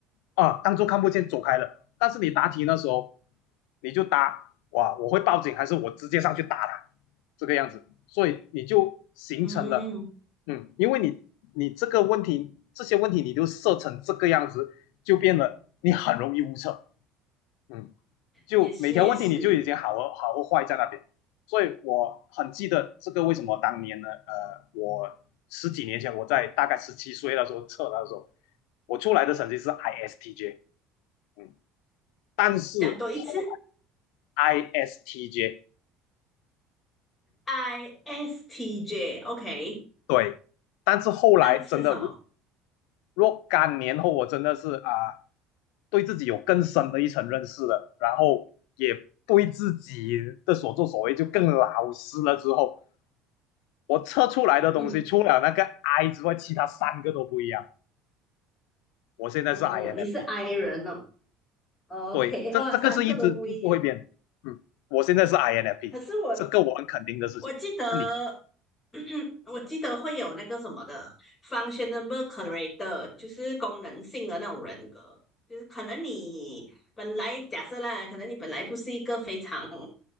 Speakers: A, on the left; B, on the left.
A: 啊，当做看不见走开了。但是你答题那时候，你就答哇，我会报警还是我直接上去打他，这个样子，所以你就形成了，
B: 嗯，
A: 嗯，因为你你这个问题这些问题你就设成这个样子，就变得你很容易误测，嗯。就每条问题你就已经好和好和坏在那边。
B: 也是也是，
A: 所以我很记得这个为什么当年呢？呃，我十几年前我在大概十七岁的时候测的时候，我出来的成绩是 ISTJ，嗯，但是后
B: 讲多一次
A: ISTJ
B: ，ISTJ，OK，
A: 对，但是后来真的
B: 但是什么？
A: 若干年后，我真的是啊、呃对自己有更深的一层认识了，然后也对自己的所作所为就更老实了之后，我测出来的东西，
B: 嗯。
A: 除了那个 I 之外，其他三个都不一样。我现在是
B: 哦，
A: INFP，
B: 你是 I 人哦，OK，
A: 对，这这个是一直不不会变。
B: 哇，三个都不一样，
A: 嗯，我现在是 INFP，
B: 可是我
A: 这个我很肯定的事情。
B: 我记得，
A: 那你呢？
B: <clears throat> 我记得会有那个什么的 functional character，就是功能性的那种人格，就是可能你本来假设啦，可能你本来不是一个非常